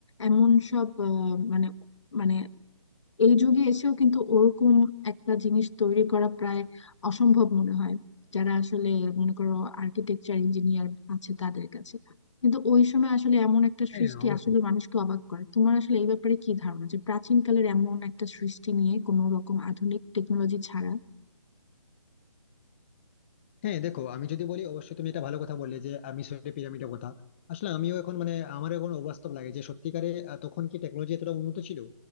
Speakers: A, on the left; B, on the left.
A: এমন সব আহ, মানে মানে এই যুগে এসেও কিন্তু ওরকম একটা জিনিস তৈরি করা প্রায় অসম্ভব মনে হয় যারা আসলে মনে করো আর্কিটেকচার ইঞ্জিনিয়ার আছে তাদের কাছে কিন্তু ওই সময় আসলে এমন একটা
B: হ্যাঁ
A: সৃষ্টি
B: অবশ্যই
A: আসলে মানুষকে অবাক করে তোমার আসলে এই ব্যাপারে কি ধারণা যে প্রাচীন কালের এমন একটা সৃষ্টি নিয়ে কোনো রকম আধুনিক টেকনোলজি ছাড়া
B: হ্যাঁ দেখো আমি যদি বলি অবশ্যই তুমি এটা ভালো কথা বললে যে আমি মিশরের পিরামিডের কথা আসলে আমিও এখন মানে আমার এখন অবাস্তব লাগে যে সত্যিকারে আহ, তখন কি টেকনোলজি এতটা উন্নত ছিল